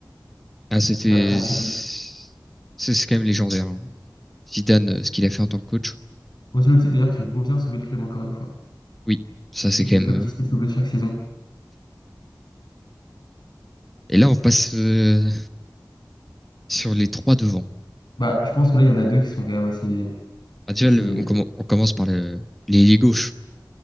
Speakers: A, in the centre; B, on the left.
A: Ah, c'était,
B: Et après, Ancelotti,
A: c'est c'est quand même légendaire. hein. Zidane, euh, ce qu'il a fait en tant que coach.
B: Ancelotti, d'ailleurs, qui revient sauver le club encore une fois.
A: Oui, ça c'est
B: Le, le
A: quand
B: club
A: même.
B: qui
A: euh,
B: se fait sauver chaque saison.
A: Et là, on passe euh, sur les trois devant.
B: Bah, je pense que là, il y en a deux qui sont quand même assez,
A: Ah, déjà,
B: assez
A: le- on, commen- on commence par le... l'ailier gauche.